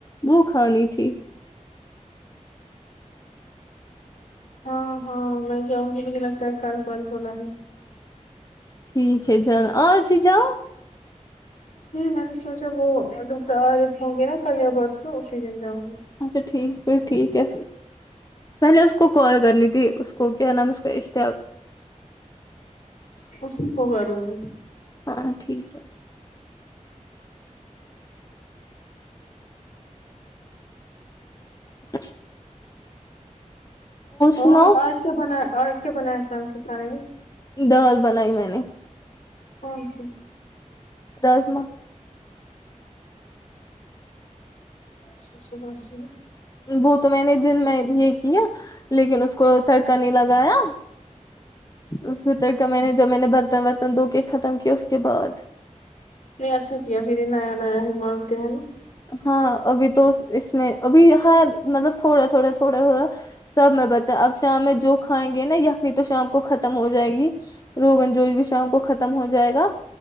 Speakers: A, on the left; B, on the left.
A: وہ کھانی تھی
B: ہاں ہاں میں جاؤں گی مجھے لگتا ہے کل برضولا ہے
A: ٹھیک ہے جانا آج ہی جاو
B: نے میں نے سوچا وہ دوسرا آرے تھے ناگے نا کل یا بسوں اسی دن جاؤ گے
A: اچھا ٹھیک پھر ٹھیک ہے پہلے اس کو کال کرنی تھی اس کو کیا نام ہے اس کا اشتیاق
B: اسی کو کروں گی
A: ہاں ٹھیک ہے اچ <unintelligible> سناؤ
B: اور آج کیا بنا آج کیا بنایا ہے شام کے کھانے
A: دال بنائی میں نے
B: کونسی
A: رازما
B: شی س بش <unintelligible>
A: وہ تو میں نے دن میں یہ کیا لیکن اس کو تڑکا نہیں لگایا اسے تڑکا میں نے جب میں نے برتن برتن دھو کے ختم کیا اس کے بعد
B: نہیں اچھا کیا پھر یہ نیا نیا ہی مانگتے ہیں نا
A: ہاں ابھی تو اس میں ابھی ہاں مطلب تھوڑا تھوڑا تھوڑا تھوڑا ہورا سب میں بچا اب شام میں جو کھائیں گے نا یخنی تو شام کو ختم ہو جائے گی روگن جوش بھی شام کو ختم ہو جائے گا